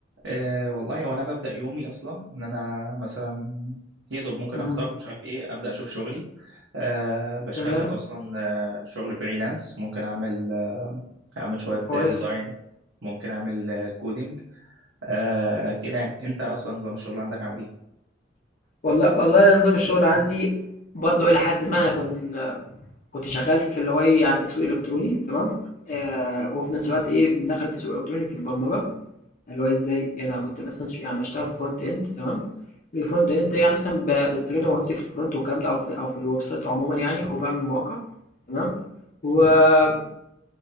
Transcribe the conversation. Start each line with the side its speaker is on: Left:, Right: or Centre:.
Right: أه والله وانا ببدا يومي اصلا ان انا مثلا يا دوب ممكن
Left: إمم،
Right: افطر مش عارف ايه ابدا اشوف شغلي أه بشتغل
Left: تمام،
Right: اصلا أه شغل فريلانس ممكن اعمل أه اعمل شويه
Left: كويس.
Right: ديزاين ممكن اعمل آه، الكودينج أه كده يعني انت اصلا نظام الشغل عندك عامل ايه
Left: والله والله نظام الشغل عندي برضه إلى حدٍ ما أنا كن كنت شغال في اللي هو إيه، يعني تسويق إلكتروني تمام، آآ وفي نفس الوقت إيه، مدخّل التسويق الإلكتروني في البرمجة، اللي هو إزاي، يعني أنا كنت مثلًا ش يعني باشتغل front end تمام، الfront end يعني مثلًا ب باستغل موهبتي في الfront والكلام ده أو في أو في الwebsite عمومًا يعني وباعمل مواقع تمام، وباعملها